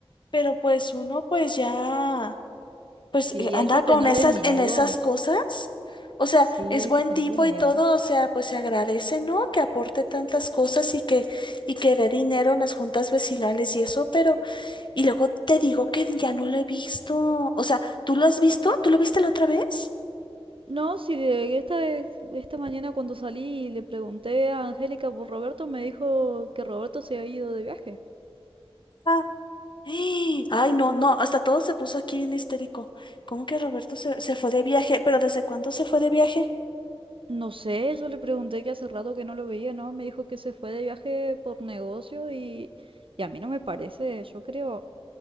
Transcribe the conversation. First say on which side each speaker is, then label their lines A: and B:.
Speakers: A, on the left; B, on the right.
A: pero pues uno pues ya. Pues
B: Sí,
A: eh, anda
B: hay que tenerle
A: con esas,
B: miedo.
A: en esas cosas. O sea,
B: Sí,
A: es
B: hay
A: buen
B: que tenerle
A: tipo
B: miedo.
A: y todo, o sea, pues se agradece, ¿no? Que aporte tantas cosas y que, y que dé dinero en las juntas vecinales y eso, pero, y luego te digo que ya no lo he visto. O sea, ¿tú lo has visto? ¿Tú lo viste la otra vez?
B: No, si de- esta, es- esta mañana cuando salí y le pregunté a Angélica por Roberto, me dijo que Roberto se ha ido de viaje.
A: Ah, ¡Eh! Ay, no, no, hasta todo se puso aquí bien histérico. ¿Cómo que Roberto se, se fue de viaje? ¿Pero desde cuándo se fue de viaje?
B: No sé, yo le pregunté que hace rato que no lo veía, ¿no? Me dijo que se fue de viaje por negocio y, y a mí no me parece, yo creo,